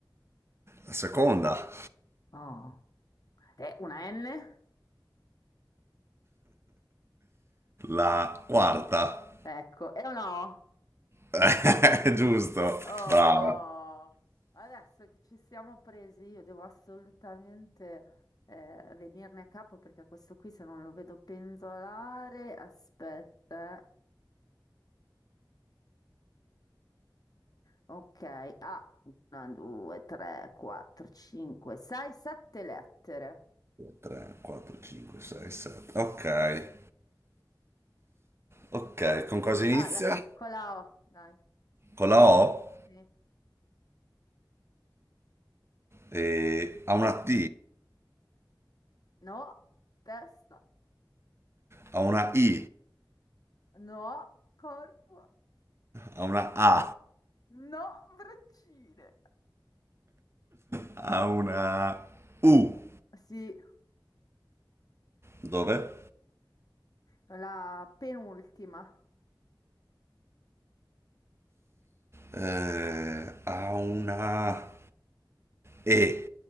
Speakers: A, on the right (about 30°); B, on the left (about 50°).
A: La seconda.
B: Oh. E una N?
A: La quarta.
B: Ecco, e una O? no?
A: <laughs> Giusto.
B: Oh,
A: Brava.
B: adesso che ci siamo presi, io devo assolutamente eh, venirne a capo perché questo qui se non lo vedo penzolare, aspetta. eh. Ok, ah, una, due, tre, quattro, cinque, sei, sette lettere.
A: 3, 4, 5, 6, 7. Ok. Ok, con cosa inizia?
B: Ah, la- con la O, dai.
A: Con la O.
B: Sì.
A: E ha una T.
B: No, testa,
A: Ha una I.
B: no, corpo,
A: Ha una A.
B: no, braccine.
A: Ha una U.
B: Sì,
A: Dove?
B: la penultima.
A: Eh, ha una E,